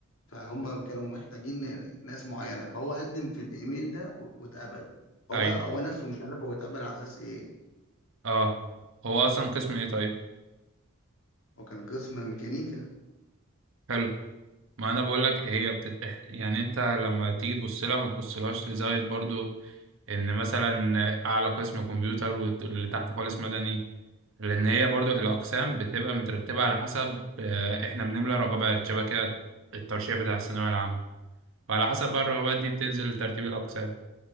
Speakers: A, on the left (about 65°); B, on the right (about 60°).
A: فهم كانوا محتاجين ناس معينة فهو قدم في الإيميل ده و- واتقبل هو
B: ايوه
A: بقى هو نفسه مش عارف هو اتقبل على أساس إيه
B: اه هو اصلا قسم ايه طيب
A: هو كان قسم ميكانيكا
B: حلو ما انا بقول لك هي بتتح... يعني انت لما تيجي تبص لها ما تبصلهاش لزاويه برضو ان مثلا اعلى قسم كمبيوتر واللي تحت خالص مدني لان هي برضو الاقسام بتبقى مترتبه على حسب آه، احنا بنملى رغبات شبه كده الترشيح بتاع الثانويه العامه فعلى حسب بقى الرغبات دي بتنزل ترتيب الاقسام